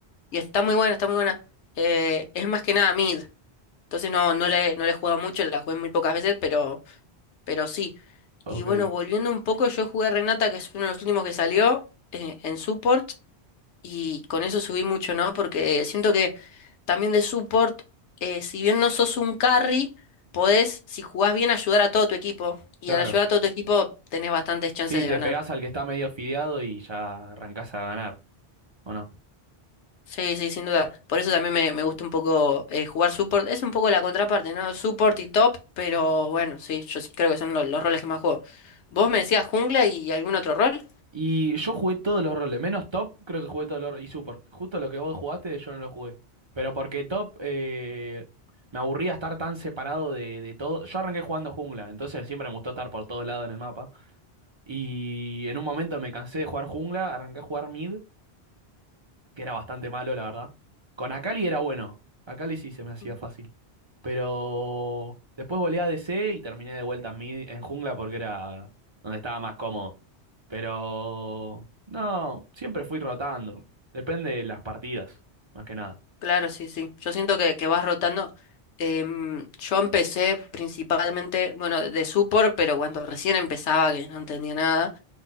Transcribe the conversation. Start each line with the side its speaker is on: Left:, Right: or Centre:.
Left: y está muy buena, está muy buena. Eh, es más que nada mid, entonces no, no le, no le he jugado mucho, la jugué muy pocas veces, pero, pero sí.
Right: Ok,
Left: Y bueno, volviendo un poco, yo jugué a Renata, que es uno de los últimos que salió eh, en support y con eso subí mucho, ¿no? Porque siento que también de support, eh, si bien no sos un carry, podés, si jugás bien, ayudar a todo tu equipo. Y
Right: claro.
Left: al ayudar a todo tu equipo, tenés bastantes chances
Right: Sí,
Left: de
Right: te
Left: ganar.
Right: pegás al que está medio fideado y ya arrancás a ganar, ¿o no?
Left: Sí, sí, sin duda. Por eso también me, me gusta un poco eh, jugar support. Es un poco la contraparte, ¿no? Support y top, pero bueno, sí, yo sí creo que son lo- los roles que más juego. ¿Vos me decías jungla y algún otro rol?
Right: Y yo jugué todos los roles, menos top, creo que jugué todos los roles, y support. Justo lo que vos jugaste, yo no lo jugué. Pero porque top, eh, me aburría estar tan separado de, de todo. Yo arranqué jugando jungla, entonces siempre me gustó estar por todos lados en el mapa. Y en un momento me cansé de jugar jungla, arranqué a jugar mid, que era bastante malo, la verdad. Con Akali era bueno. Akali sí se me hacía
Left: Mm.
Right: fácil. Pero después volé a DC y terminé de vuelta en, mid- en jungla porque era donde estaba más cómodo. Pero no, siempre fui rotando. Depende de las partidas, más que nada.
Left: Claro, sí, sí. Yo siento que, que vas rotando. Em, yo empecé principalmente, bueno, de support, pero cuando recién empezaba, que no entendía nada.